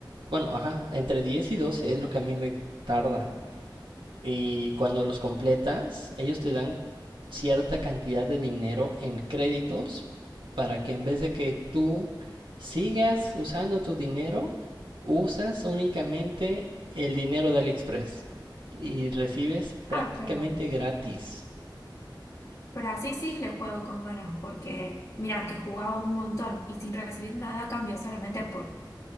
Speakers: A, on the right (about 85°); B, on the left (about 35°).
A: Bueno, ajá, entre 10 y 12 es lo que a mí me tarda. Y cuando los completas, ellos te dan cierta cantidad de dinero en créditos para que en vez de que tú sigas usando tu dinero, usas únicamente el dinero de AliExpress y recibes prácticamente
B: Ah, pero,
A: gratis.
B: pero así sí le juego con ganas, porque mira, que jugaba un montón y sin recibir nada a cambio, solamente por,